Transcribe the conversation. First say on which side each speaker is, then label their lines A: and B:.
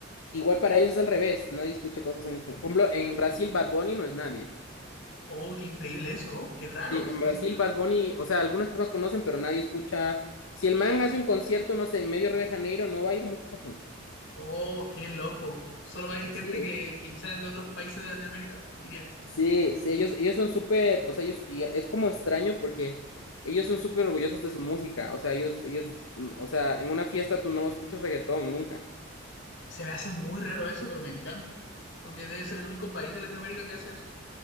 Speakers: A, on the left; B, on the left.
A: Igual para ellos es al revés. Nadie escucha cosas en español. Por ejemplo, en Brasil Bad Bunny no es nadie.
B: Oh, qué increíble eso, oh, qué raro,
A: Sí,
B: se
A: en
B: me
A: Brasil
B: hace tan
A: Bad
B: raro.
A: Bunny, o sea, algunas personas conocen, pero nadie escucha. Si el man hace un concierto, no sé, en medio de Río de Janeiro, no va a ir mucha gente.
B: Oh, qué loco. Solo va a ir gente
A: Sí.
B: que, que quizás de otros países de Latinoamérica iría.
A: Sí, sí, ellos, ellos son súper, o sea, ellos, y es como extraño porque ellos son súper orgullosos de su música, o sea, ellos, ellos, mm, o sea, en una fiesta tú no escuchas reggaetón, nunca.
B: Se me hace muy raro eso, pero me encanta. Porque debe ser el único país de Latinoamérica que hace eso.